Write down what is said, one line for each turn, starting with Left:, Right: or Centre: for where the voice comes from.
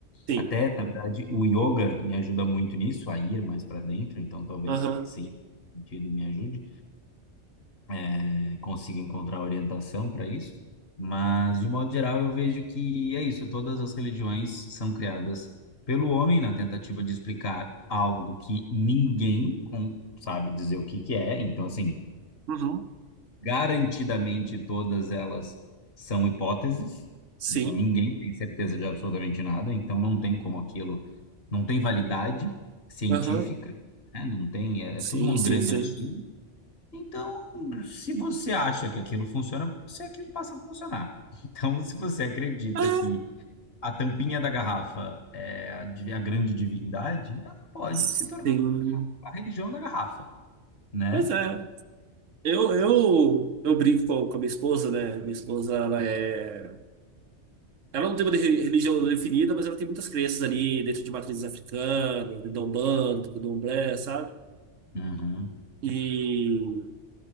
Right: Sim.
Left: Até, na verdade, o yoga me ajuda muito nisso, a ir mais para dentro, então talvez
Right: Aham.
Left: sim, sentido me ajude eh, consiga encontrar orientação para isso. Mas, de modo geral, eu vejo que é isso: todas as religiões são criadas pelo homem na tentativa de explicar algo que ninguém com- sabe dizer o que que é. Então, assim,
Right: Uhum.
Left: garantidamente todas elas são hipóteses.
Right: Sim.
Left: Então, ninguém tem certeza de absolutamente nada. Então, não tem como aquilo, não tem validade científica,
Right: Aham.
Left: né? Não tem, é,
Right: Sim,
Left: é tudo um
Right: sim,
Left: grande
Right: sim.
Left: achismo. Então, se você acha que aquilo funciona, você aquilo passa a funcionar. <laughs> Então, se você acredita
Right: Ah,
Left: que a tampinha da garrafa é a, div- a grande divindade, ela pode
Right: sim.
Left: se tornar a religião da garrafa, né?
Right: Pois é. Eu, eu, eu brinco com, com a minha esposa, né? Minha esposa, ela é. Ela não tem uma re- religião definida, mas ela tem muitas crenças ali dentro de matrizes africanas, do Umbanda, do Candomblé, sabe?
Left: Uhum.
Right: E